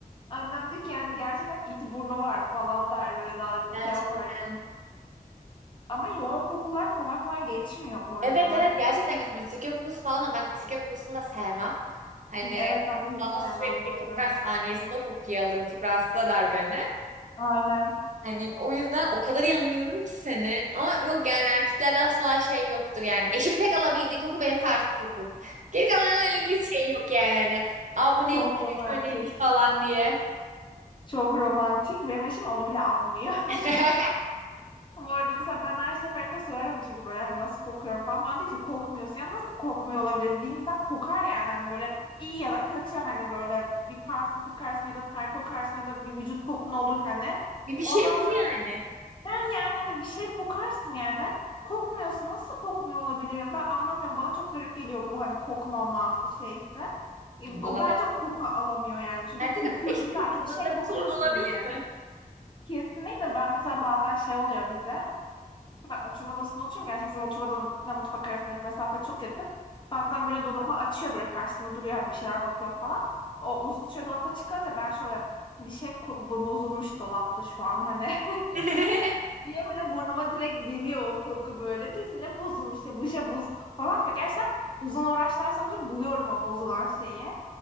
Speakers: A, on the left; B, on the right.
A: Annem diyor ki yani gerçekten iti burnu var falan der böyle dalga
B: Gerçekten.
A: şey yapar. Ama yoğun kokular kolay kolay geçmiyor bu arada.
B: Evet evet gerçekten geçmiyor. Sirke kokusu falan da ben sirke kokusunu da sevmem. Hani
A: Evet ben de hiç
B: bana
A: sevmem
B: sürekli
A: bu arada.
B: kokar saniyesinde o kokuyu alırım. Çok rahatsız eder beni.
A: Aynen.
B: Hani o yüzden o kadar iyi anlıyorum ki seni. Ama yok yani erkeklerde asla şey yoktur yani. Eşimin tek alabildiği koku benim parfüm kokum. <laughs> Geri kalanlarla ilgili hiç şey yok yani hani. Aa bu neymiş,
A: Çok romantik.
B: şu şöyleymiş falan diye.
A: Çok romantik. Benim eşim onu bile almıyor. <laughs>
B: <laughs>
A: Ama bu arada mesela ben her seferinde sorarım çünkü böyle hani nasıl kokuyorum falan. Bana diyor ki kokmuyorsun. Ya nasıl kokmuyor olabilirim? Bir insan kokar yani hani böyle iyi ya da kötü hani böyle bir parfüm kokarsın ya da ter kokarsın ya da bir vücut kokun olur hani.
B: Bir bir şey
A: Ondan
B: yoktur
A: sonra
B: yani.
A: "Ha yani hani bir şey kokarsın yani. Kokmuyorsun. Nasıl kokmuyor olabilirim? Ben anlamıyorum. Bana çok garip geliyor bu hani kokmama şeysi. E,
B: Bana
A: o- Bence
B: da.
A: o koku alamıyor yani. Çünkü
B: Bence
A: kokuyor
B: de eşimin
A: illa ki bir
B: yanında
A: şey kokuyorsundur
B: bir sorun olabilir
A: yani.
B: mi?
A: Kesinlikle ben mesela bazen şey oluyor bize. Ben oturma odasında oturuyorum. Gerçi bizim oturma odasıyla mutfak arasındaki mesafe çok yakın. Bazen böyle dolabı açıyor böyle karşısında duruyor hani bir şeyler bakıyor falan. O uzun süre dolapta çıkınca ben şöyle bir şey ko- bo- bozulmuş dolapta şu an hani. <laughs>
B: <laughs>
A: Diye böyle burnuma direkt geliyor o koku böyle. Diyor ki ne bozulmuş ya bu şey bozulmadı falan ve gerçekten uzun uğraşlar sonucu buluyorum o bozulan şeyi.